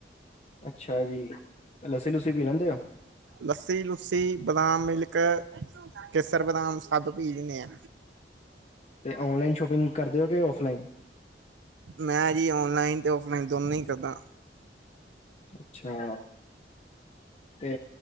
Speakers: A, on the left (about 35°); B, on the right (about 85°).
A: ਅੱਛਾ ਜੀ, ਲੱਸੀ ਲੁੱਸੀ ਪੀ ਲੈਂਦੇ ਹੋ?
B: ਲੱਸੀ ਲੁੱਸੀ, ਬਾਦਾਮ ਮਿਲਕ ਕੇਸਰ, ਬਦਾਮ ਸਭ ਪੀ ਲਦੇ ਆ।
A: ਤੇ ਔਨਲਾਈਨ ਸ਼ੋਪਿੰਗ ਕਰਦੇ ਹੋ, ਕਿ ਔਫਲਾਈਨ?
B: ਮੈਂ ਜੀ ਔਨਲਾਈਨ, ਤੇ ਔਫਲਾਈਨ ਦੋਨੋਂ ਹੀ ਕਰਦਾ।
A: ਅੱਛਾ ਤੇ